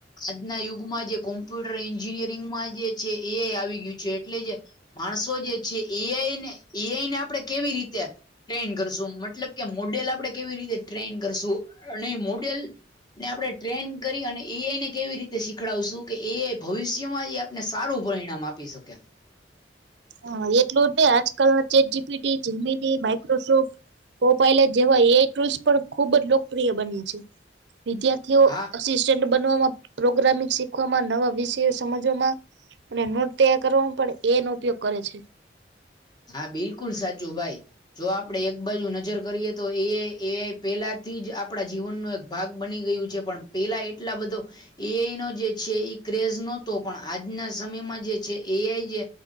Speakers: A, on the left (about 25°); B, on the right (about 70°).
A: આજના યુગમાં જે કોમ્પ્યુટર એન્જિનિયરિંગમાં જે છે એ આઈ આવી ગયું છે એટલે જે માણસો જે છે એ આઈને એ આઈને આપણે કેવી રીતે ટ્રેઈન કરશું મતલબ કે મોડેલ આપડે કેવી રીતે ટ્રેઈન કરશું અને મોડેલ ને આપણે ટ્રેઈન કરી અને એ આઈ ને કેવી રીતે શીખડાવશું કે એ આઈ ભવિષ્યમાં જે આપ ને સારું પરિણામ આપી શકે
B: હાં એટલું જ નઈ આજકાલ chat G P T G P T Microsoft કોપાયલે જેવા એ આઈ ટૂલ્સ પણ ખુબ જ લોકપ્રિય બને છે વિદ્યાર્થીઓ
A: હા
B: અસિસ્ટંટ બનવામાં પ્રોગ્રામિંગ શીખવામાં નવા વિષયો સમજવામાં અને નોટ તૈયાર કરવામાં પણ એ આઈ નો ઉપયોગ કરે છે.
A: હા બિલકુલ સાચું ભાઈ. જો આપડે એક બાજુ નજર કરીએ તો એ આઈ એ આઈ પેલા થી જ આપડા જીવનનો એક ભાગ બની ગયું છે પણ પેલા એટલા બધો એ આઈ નો જે છે ઈ ક્રેઝ નહતો પણ આજના સમયમાં જે છે એ આઈ જે